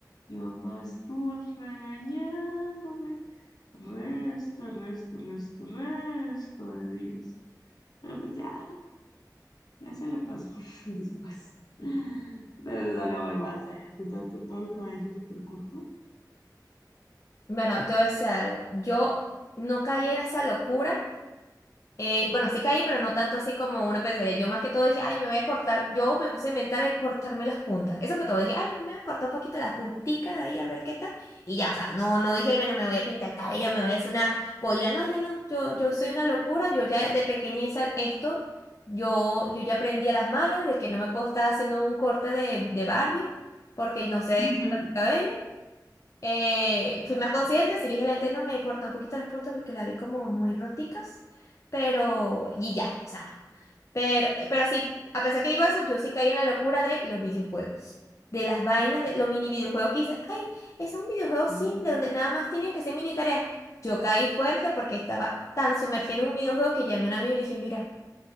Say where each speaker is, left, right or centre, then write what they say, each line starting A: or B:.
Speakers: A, on the left (about 65°); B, on the left (about 45°).
A: Y mamá estuvo regañándome resto, resto, resto, resto de días. Pero pues ya, ya se le pasó <laughs> después. De verdad no lo vuelvo a hacer. ¿Tú te has cortado el cabello súper corto?
B: Bueno, te voy a decir algo. Yo no caí en esa locura Eh, bueno, sí caí, pero no tanto así como uno pensaría. Yo más que todo dije, ay, me voy a cortar. Yo me puse a inventar de cortarme las puntas. Eso fue todo. Dije, ay, bueno, me voy a cortar un poquito las punticas ahí a ver qué tal. Y ya, o sea, no, no dije, bueno, me voy a pintar el cabello, me voy a hacer una polla. No, dije, no, yo, yo soy una locura. Yo ya de pequeña hice esto. Yo, yo ya aprendí a las malas de que no me puedo estar haciendo un corte de, de Barbie porque no sé
A: <laughs>
B: cortar el cabello. Eh, fui más consciente, si dije la lente no me cortó un poquito las puntas porque la vi como muy roticas, pero y ya, o sea, pero, pero sí, a pesar que digo eso, yo sí caí en la locura de los videojuegos, de las vainas, de los mini videojuegos que hice, ay, ese es un videojuego simple
A: Mm.
B: donde nada más tienen que ser mini tareas. Yo caí fuerte porque estaba tan sumergida en un videojuego que llamé a un amigo y le dije, mira,